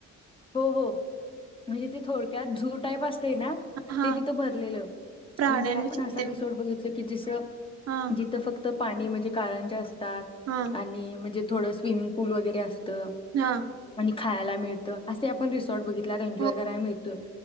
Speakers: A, on the left; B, on the right.
A: हो-हो, म्हणजे ते थोडक्यात झू टाईप अस ते ना.
B: हा
A: ते तिथ भरलेलं
B: प्राण्यांविषयी
A: म्हणजे, आपण असा
B: ते
A: रीसोट बघितलो की जस
B: हा
A: जिथ फक्त. पाणी म्हणजे कारण जे असत.
B: हा
A: आणि म्हणजे. थोड स्विमिंग पूल वगैेरे असंतो. त
B: हा
A: आणि खायला मिळत. असे आपण रिसॉर्ट बघित एन्जॉय
B: हो
A: कयला मिळतोय,